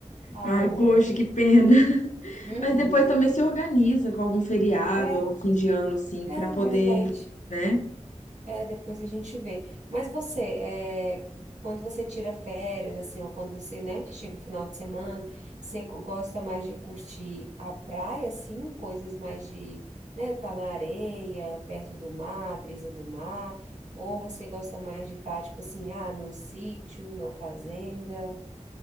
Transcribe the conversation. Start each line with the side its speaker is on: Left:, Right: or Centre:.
Right: Ai,
Left: Ai,
Right: meu
Left: poxa,
Right: Deus.
Left: que pena. <laughs>
Right: Uhum.
Left: Mas depois também se organiza com algum feriado,
Right: É,
Left: algum fim de ano, assim,
Right: é
Left: pra poder,
Right: verdade.
Left: né?
Right: É, depois a gente vê. Mas você, é, quando você tira férias, assim, ou quando você, né, chega o final de semana, você co- gosta mais de curtir a praia, assim, coisas mais de, né, tá na areia, perto do mar, brisa do mar, ou você gosta mais de estar, tipo assim, ah, num sítio, numa fazenda?